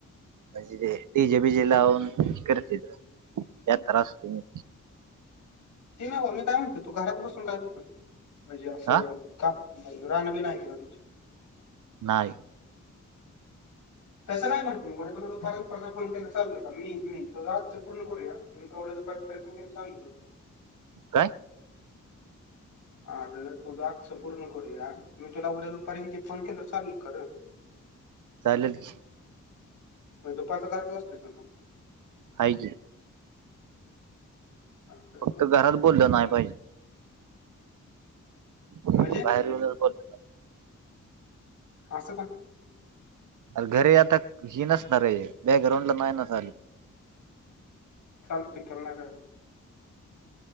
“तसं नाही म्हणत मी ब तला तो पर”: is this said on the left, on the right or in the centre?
Left